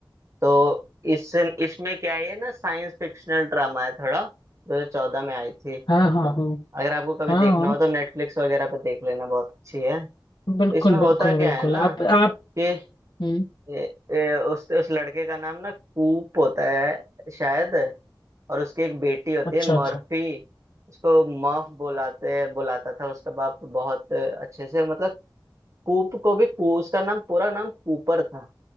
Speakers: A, on the right (about 40°); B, on the left (about 75°).
A: तो इस इसमें क्या है ये ना साइंस फिक्शनल ड्रामा है थोड़ा दो हजार चौदह में आई थी
B: हाँ हाँ हाँ
A: अगर आपको कभी
B: हाँ
A: देखना
B: हाँ
A: हो तो नेटफ्लिक्स वगैरह पे देख लेना बहुत अच्छी है तो
B: बिल्कुल
A: इसमें होता
B: बिल्कुल
A: क्या
B: बिल्कुल
A: है ना
B: आप आप
A: कि
B: हम्म
A: ए, ए, उस उस लड़के का नाम ना कूप होता है शायद और उसकी एक बेटी होती
B: अच्छा
A: है मर्फी
B: अच्छा
A: उसको मर्फ बुलाते बुलाता था उसका बाप बहुत अच्छे से मतलब कूप को भी कू, उसका नाम पूरा नाम कूपर था